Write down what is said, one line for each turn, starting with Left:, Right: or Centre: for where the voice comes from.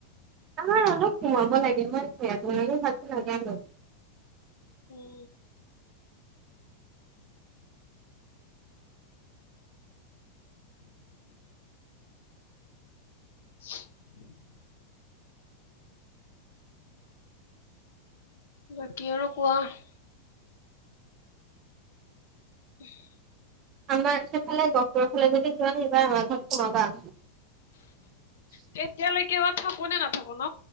Right: আমাৰ অলপ সোমাব লাগে মই সেকাৰনে ভালকে নাজানো
Left: উম <inaudible> <unintelligible> বাকী আৰু কোৱাহ <unintelligible>
Right: আমাৰ সিফালে গহপুৰৰ ফালে যদি যোৱা এইবাৰ আমাৰ ঘৰত সোমাবা।
Left: তেতিয়ালৈকে বা থাকো নে নাথাকো ন।